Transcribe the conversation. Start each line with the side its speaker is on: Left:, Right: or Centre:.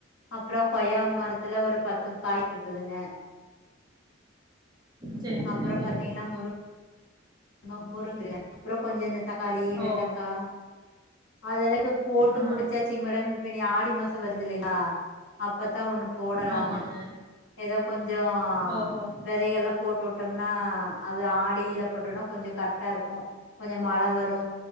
Left: அப்றோ கொய்யாம் மரத்துல ஒரு பத்து காய் இருக்குதுங்க
Right: சேரி சேரிங்க
Left: அப்பறம் பாத்தீங்கன்னா முரு ங்க முருங்க அப்றோ கொஞ்சோ இந்த தக்காளி வெண்டக்கா
Right: ஓ
Left: அதெல்லாத் இப்ப போட்டு
Right: ஆ
Left: முடிச்சாச்சிங்க மேடம் இப்ப இனி ஆடி மாசம் வருதில்லைங்களா அப்த்தா ஒண்ணு போடலாங்க
Right: ஆமாங்க
Left: எதோ கொஞ்சோ
Right: ஓஹோ
Left: விதைகள்லா போட்டுவுட் விட்டோம்னா அது ஆடியில போட்டோனா கொஞ்சோ கரெக்டா இருக்கு கொஞ்சோ மழ வரு